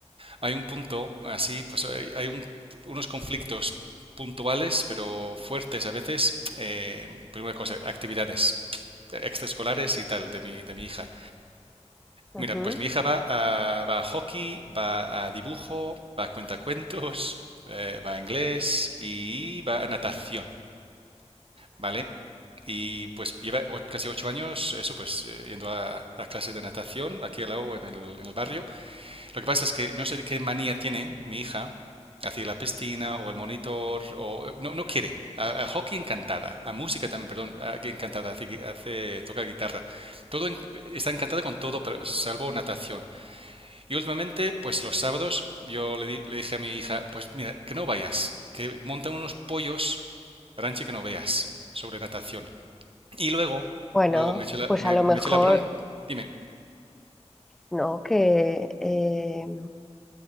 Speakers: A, on the right; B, in the centre.
A: hay un punto, así, pues hay, hay un- unos conflictos puntuales, pero fuertes a veces. Eh, primera cosa, actividades extraescolares y tal de mi, de mi hija.
B: Ujú.
A: Mira, pues mi hija va a, va a hockey, va a dibujo, va a cuentacuentos, <laughs> eh, va a inglés y va a natación, ¿vale? Y pues lleva casi ocho años, eso pues, eh, yendo a, a clases de natación aquí al lado en el, en el barrio. Lo que pasa es que no sé qué manía tiene mi hija hacia la piscina o el monitor o eh, no, no quiere. A, a hockey encantada, a música también, perdón, a- que encantada, hace, hace- toca guitarra. Todo está encantada con todo, pero- salvo natación. Y últimamente, pues los sábados, yo le, di- le dije a mi hija, pues mira, que no vayas, que montan unos pollos, ranche que no veas, sobre natación. Y luego,
B: Bueno,
A: luego me eché la,
B: pues
A: me,
B: a lo
A: me
B: mejor,
A: eché la bronca. Dime.
B: ¿no? Que eh,